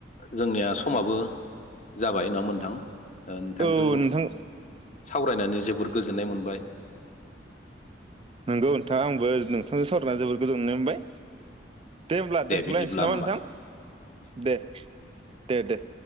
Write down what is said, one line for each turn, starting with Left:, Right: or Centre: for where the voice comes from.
Left: जोंनिया समाबो जाबाय ना मोनथां? ओ नोंथांदों
Right: औ नोंथां
Left: सावरायनानै जोबोर गोजोननाय मोनबाय।
Right: नंगौ नोंथां आंबो नोंथांजों सावरायना जोबोद गोजोननाय मोनबाय। दे होमब्ला दोन्थ'लायनोसै
Left: बिदिब्ला
Right: नामा
Left: होमबा
Right: नोंथां दे दे दे।